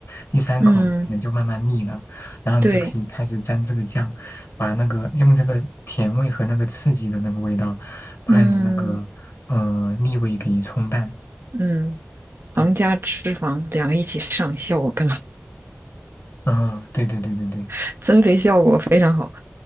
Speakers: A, on the left; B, on the right.
A: 第三口你可能就慢慢腻了，
B: 嗯
A: 然后你就可以开始沾这个酱，
B: 对，
A: 把那个用这个甜味和那个刺激的那个味道，把你的那个呃腻味给冲淡。
B: 嗯嗯，糖加脂肪两个一起上，
A: 嗯
B: 效果更好，
A: 嗯，对对对对对，
B: <laughs> 增肥效果非常好。